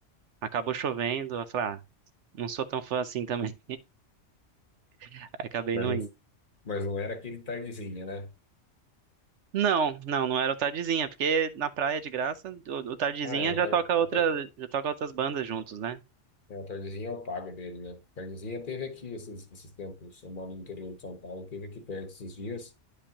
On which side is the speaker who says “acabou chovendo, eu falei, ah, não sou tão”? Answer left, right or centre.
Right